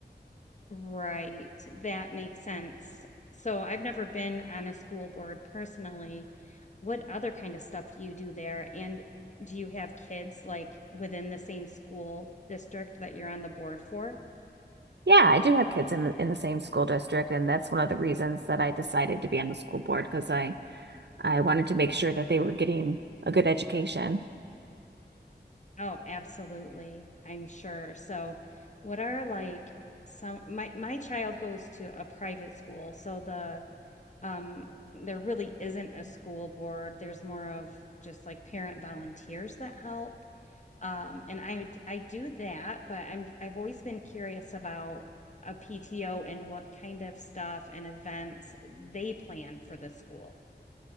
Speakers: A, on the left (about 40°); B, on the right (about 70°).
A: Right. That makes sense. So I've never been on a school board personally. What other kind of stuff do you do there? And do you have kids like within the same school district that you're on the board for?
B: Yeah, I do have kids in the in the same school district, and that's one of the reasons that I decided to be on the school board because I I wanted to make sure that they were getting a good education. <laughs>
A: Oh, absolutely. I'm sure. So, what are like some my my child goes to a private school, so the um there really isn't a school board. There's more of just like parent volunteers that help. Um and I would- I do that, but I'm I've always been curious about a PTO and what kind of stuff and events they plan for the school.